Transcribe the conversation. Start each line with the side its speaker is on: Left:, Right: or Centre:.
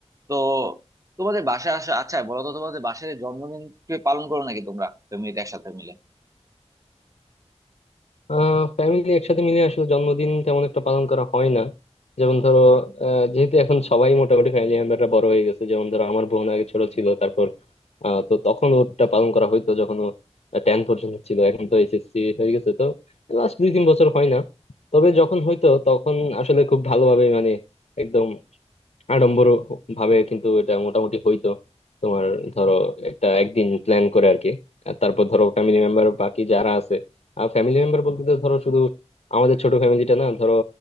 Right: তো তোমাদের বাসায় আসা আচ্ছা বলো তো তোমাদের বাসায় জন্মদিন কি পালন করো নাকি তোমরা ফ্যামিলিতে একসাথে মিলে
Left: আহ ফ্যামিলি একসাথে মিলে আসলে জন্মদিন তেমন একটা পালন করা হয় না যেমন ধরো আহ, যেহেতু এখন সবাই মোটামুটি ফ্যামিলি মেম্বাররা বড় হয়ে গেছে যেমন ধরো আমার বোন আগে ছোট ছিল তারপর আহ, তো তখন ওটা পালন করা হইতো যখন ও টেন পর্যন্ত ছিল এখন তো এইচএসসি হয়ে গেছে তো লাস্ট দুই তিন বছর হয় না তবে যখন হইতো তখন আসলে খুব ভালোভাবে মানে একদম আড়ম্বর ভাবে কিন্তু এটা মোটামুটি হইতো তোমার ধরো একটা একদিন প্ল্যান করে আর কি আর তারপর ধরো ফ্যামিলি মেম্বার বাকি যারা আছে আর ফ্যামিলি মেম্বার বলতে তো ধরো শুধু আমাদের ছোট ফ্যামিলিটা না ধরো